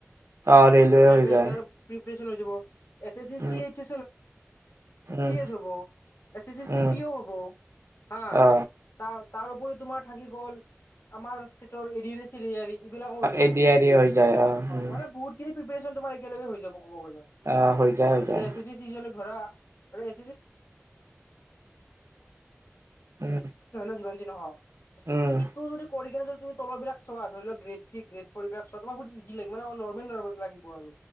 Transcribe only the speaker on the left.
<unintelligible>
এ A
C M T
S হ'ব S A C C
P হ'ব হা
ত তাৰ উপৰি তোমাৰ থাকি গ'ল আমাৰ ষ্টেটৰ এৰিৰে চিৰি এইবিলাকো হৈ যাব
অ
মানে বহুতখিনি পিপিয়েৰেচন তোমাৰ একেলগে হৈ যাব ক'ব গ'লে
মানে
যদি
এচ চি এছৰ ধৰা <unintelligible> হয় ন
যিমান নহ
সিটো যদি কৰিনে যদি তুমি তলৰবিলাক চোৱা ধৰি লও গেট থ্ৰী গ্ৰেট ফৰ বিলাক চোৱা তোমাৰ বহুত ইজি লাগিব মানে নৰ্মেল নৰ্ম লাগিব আৰু